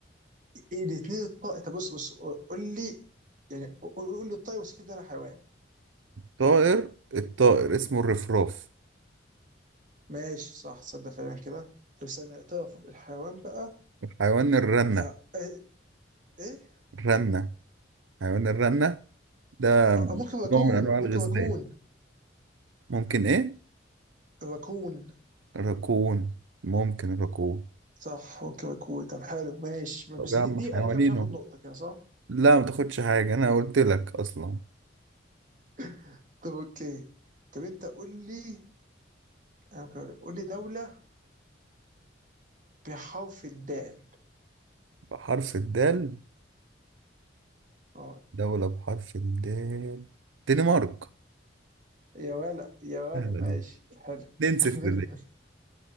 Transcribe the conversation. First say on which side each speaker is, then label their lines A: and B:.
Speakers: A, on the right (about 40°); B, on the right (about 85°).
A: ايه الاثنين الطائر طب بص بص قول لي يعني قول قول لي الطائر وسيب ده انا حيوان
B: طائر الطائر اسمه الرفراف
A: ماشي صح صدق فعلا كده طب استنى الطائر فوق الحيوان بقى
B: حيوان الرنه
A: آه آه، ايه
B: الرنه حيوان الرنه ده
A: آه آه، ممكن ركون
B: نوع من انواع
A: ممكن
B: الغزلان
A: ركون
B: ممكن ايه
A: ركون
B: راكون ممكن راكون
A: صح اوكي مكوي طب حلو ماشي
B: طب
A: بس
B: يا
A: دي
B: عم
A: دي
B: حيوانين
A: انا كده مش هاخد
B: اهو
A: نقطة كده صح؟
B: لا ما تاخدش حاجه انا قلت لك اصلا
A: <coughs> <laughs> طب اوكي طب انت قول لي انا ممكن أقول لك. قول لي دولة بحرف الدال
B: بحرف الدال
A: اه
B: دوله بحرف الدال دنمارك
A: يا ولا يا ولا
B: سهله
A: ماشي
B: دي
A: حلو
B: 2
A: <laughs>
B: 0